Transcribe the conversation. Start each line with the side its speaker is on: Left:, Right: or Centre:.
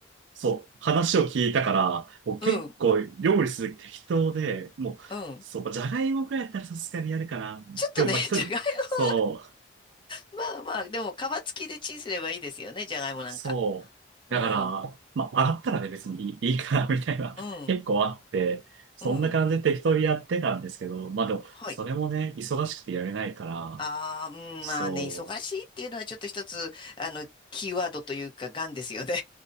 Right: そう、話を聞いたから、もう結構料理する時適当で、
Left: うん
Right: もう、
Left: うん。
Right: そう、じゃがいもくらいやったらさすがにやるかな。
Left: ちょっとね、
Right: でもまあ一人、
Left: <laughs> じゃがいも、
Right: そう、
Left: まあまあ、でも皮付きでチンすればいいですよね。じゃがいもなんか。
Right: そう。
Left: うん、
Right: だから、まあ洗ったらね、別にいい、いいかな、みたいな。
Left: うん、
Right: 結構あって、そんな感じで適当にやってたんですけど、
Left: うん。
Right: まあでも、
Left: はい。
Right: それもね、忙しくてやれないから、
Left: ああ、うん、
Right: そう。
Left: まあね、忙しいっていうのはちょっと一つ、あの、キーワードというか、癌ですよね。